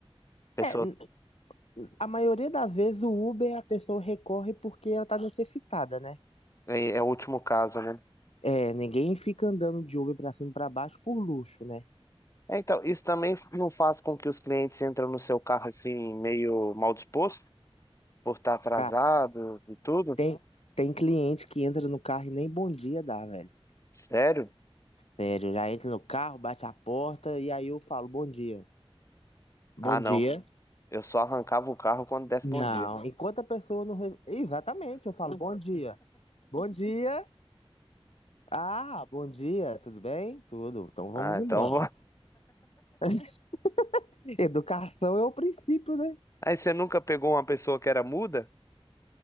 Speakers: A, on the left (about 30°); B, on the left (about 85°).
A: pessoa
B: É, n- a maioria das vezes o Uber a pessoa recorre porque ela tá necessitada, né?
A: É, é o último caso, né?
B: É, ninguém fica andando de Uber pra cima e pra baixo por luxo, né?
A: É, então, isso também não faz com que os clientes entram no seu carro assim, meio mal disposto, por estar atrasado
B: Ah,
A: e tudo?
B: tem, tem cliente que entra no carro e nem bom dia dá, velho.
A: Sério?
B: Sério, já entra no carro, bate a porta e aí eu falo bom dia. Bom
A: Ah, não.
B: dia.
A: Eu só arrancava o carro quando desse
B: Não,
A: bom dia.
B: enquanto a pessoa não. re- Exatamente, eu falo bom dia. Bom dia. Ah, bom dia, tudo bem? Tudo. Então vamos
A: Ah, então.
B: embora.
A: <laughs>
B: <laughs> Educação é o princípio, né?
A: Aí você nunca pegou uma pessoa que era muda?